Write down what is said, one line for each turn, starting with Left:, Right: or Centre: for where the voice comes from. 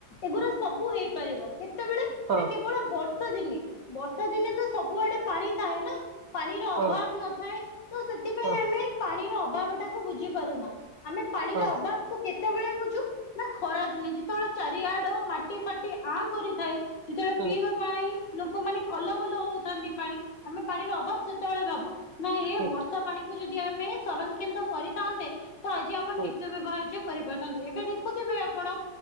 Left: ଏଗୁୁରା ସବୁ ହେଇପାରିବ କେତେବେଳେ
Right: ହଁ
Left: ନା କେବଳ ବର୍ଷା ଦିନେ। ବର୍ଷା ଦିନେ ତ ସବୁଆଡେ ପାଣି ଥାଏ ନା ପାଣିର
Right: ହଁ
Left: ଅଭାବ୍ ନଥାଏ। ତ ସେଥିପାଇଁ
Right: ହଁ
Left: ଆମେ ପାଣିର ଅଭାବ ଟାକୁ ବୁଝିପାରୁନା ଆମେ ପାଣିର
Right: ହଁ
Left: ଅଭାବ୍ କେତେବେଳେ ବୁଝୁ ନା ଖରା ଦିନେ ଯେତେବେଳେ ଚାରିଆଡ ମାଟି ଫାଟି ଆଁ କରିଥାଏ। ଯେତେବେଳେ
Right: ହୁଁ
Left: ପିଇବା ପାଇଁ ଲୋକମାନେ କଲ ବଲ ହଉଥାନ୍ତି ପାଣି ଆମେ ପାଣିର ଅଭାବ ସେତେବେଳେ ଭାବୁ ନା ଏ
Right: ହୁଁ
Left: ବର୍ଷ ପାଣି କୁ ଯଦି ଆମେ ସଂରକ୍ଷିତ କରିଥାନ୍ତେ ତ ଆଜି ଆମର
Right: ହୁଁ
Left: ନିତ୍ୟ ବ୍ୟବହାର କରିପାରୁଥାନ୍ତେ ଏବେ ଦେଖୁଥିବେ ଆପଣ